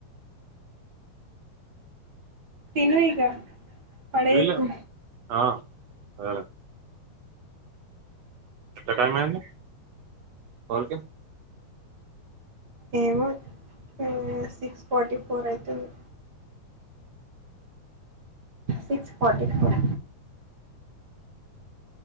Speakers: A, on the right; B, on the right.
A: తిను ఇగ పడేయకు
B: లేదులే ఆ అదెలె ఎంత టైమయింది కాల్కి
A: ఏమో ఆ సిక్స్ ఫార్టీ ఫోర్ ఐతుంది సిక్స్ ఫార్టీ ఫోర్